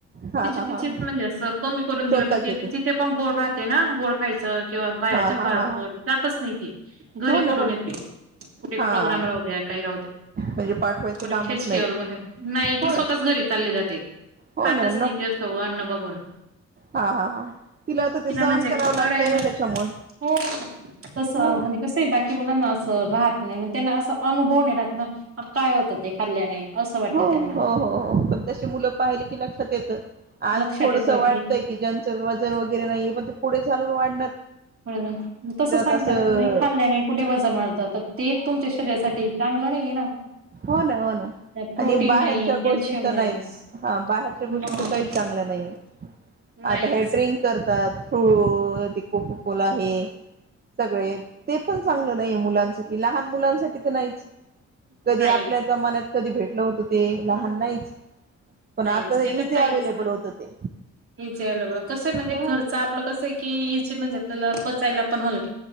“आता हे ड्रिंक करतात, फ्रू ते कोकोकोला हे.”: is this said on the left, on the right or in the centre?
Right